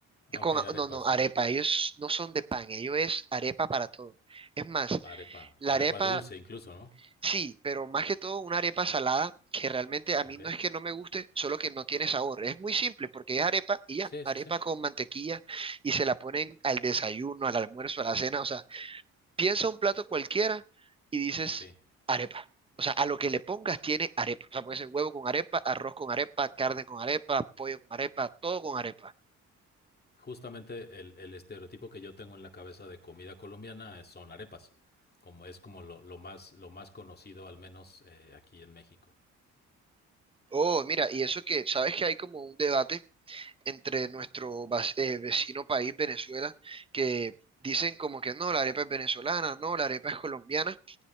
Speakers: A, on the left (about 30°); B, on the right (about 20°).
A: Ah,
B: y Con,
A: ok, arepa,
B: no, no,
A: sí.
B: arepa. Ellos no son de pan, ellos es arepa para todo. Es más,
A: Arepa.
B: la
A: Arepa
B: arepa,
A: dulce incluso, ¿no?
B: sí, pero más que todo una arepa salada que realmente a mí
A: Ok.
B: no es que no me guste, solo que no tiene sabor. Es muy simple porque es arepa y ya,
A: Sí,
B: arepa
A: sí, sí.
B: con mantequilla y se la ponen al desayuno, al almuerzo, a la cena. O sea, piensa un plato cualquiera y dices
A: Sí.
B: arepa. O sea, a lo que le pongas tiene arepa. O sea, puede ser huevo con arepa, arroz con arepa, carne con arepa, pollo con arepa, todo con arepa.
A: Justamente el, el estereotipo que yo tengo en la cabeza de comida colombiana es- son arepas. Como es como lo, lo más lo más conocido al menos eh, aquí en México.
B: Oh, mira, y eso que, sabes que hay como un debate entre nuestro vas- eh, vecino país, Venezuela, que dicen como que no, la arepa es venezolana, no, la arepa es colombiana.